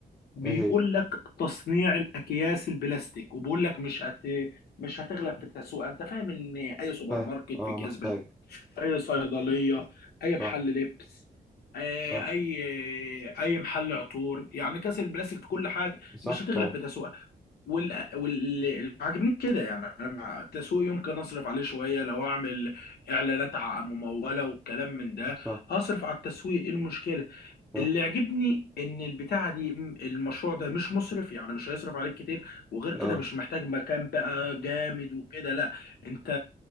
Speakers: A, on the left; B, in the centre.
A: بيقول
B: ايه هي
A: لك تصنيع الاكياس البلاستيك وبيقول لك مش هت مش هتغلب في التسوق انت فاهم ان اي سوبر
B: فاهم
A: ماركت
B: اه
A: في اكياس
B: محتاج
A: بلاستيك اي صيدليه اي
B: صح
A: محل لبس آه،
B: صح
A: اي اي محل عطور يعني كاس البلاستيك في كل حاجه
B: صح
A: مش هتغلب
B: طبعا
A: في تسوقها وال وال عاجبني كده يعني انا مع التسويق يمكن اصرف عليه شويه لو اعمل اعلانات ع- مموله والكلام من ده
B: صح
A: هصرف على التسويق ايه المشكله
B: صح
A: اللي عجبني ان البتاعه دي م- المشروع ده مش مصرف يعني مش هيصرف عليك كتير وغير كده
B: اه
A: مش محتاج مكان بقى جامد وكده لا انت